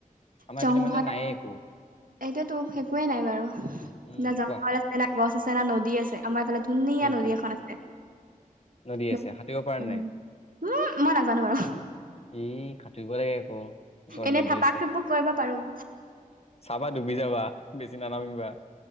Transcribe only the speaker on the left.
আমাৰ
এইপিনে মানে নায়ে একো
উম
কোৱা
সেইটোৱে
নদী
আছে সাঁতুৰিব পৰা
নাই
এই কাটৰিব লাগে আকৌ। ওচৰতে
নদী
আছে
চাবা ডুবি যাবা বেছি নানামিবা।